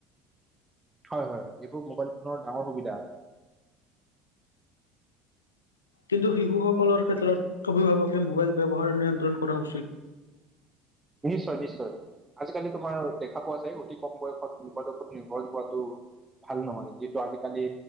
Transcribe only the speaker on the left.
কিন্তু শিশুসকলৰ ক্ষেত্ৰত অভিভাৱকে মোবাইল ব্যৱহাৰ নিয়ন্ত্ৰণ কৰা উচিত।